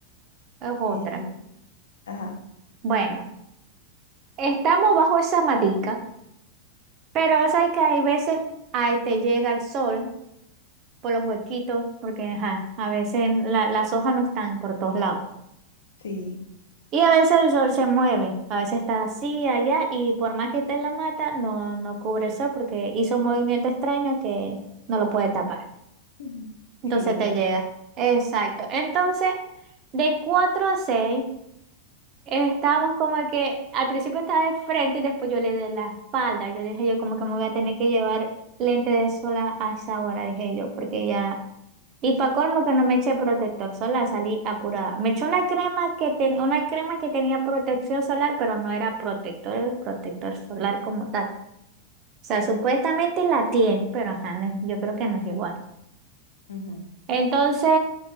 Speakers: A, on the right; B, on the left.
A: es otra.
B: Eh, ajá,
A: Bueno, estamos bajo esa matica, pero o sea, que hay veces ahí te llega el sol por los huequitos, porque ajá, a veces la- las hojas no están por todos lados.
B: sí.
A: Y a veces el sol se mueve, a veces está así, allá, y por más que esté en la mata, no, no cubre el sol porque hizo un movimiento extraño que no lo puede tapar.
B: Ujú.
A: Entonces
B: Sí, te entiendo.
A: te llega. Exacto. Entonces, de 4 a 6 estábamos como que al principio estaba de frente y después yo le di la espalda. Yo dije, yo como que me voy a tener que llevar lente de sol a a esa hora, dije yo, porque ya y para colmo que no me eché protector solar, salí apurada. Me eché una crema que tenía una crema que tenía protección solar, pero no era protector, protector solar como tal. O sea, supuestamente la tiene, pero ajá, no es- yo creo que no es igual.
B: Ujú.
A: Entonces,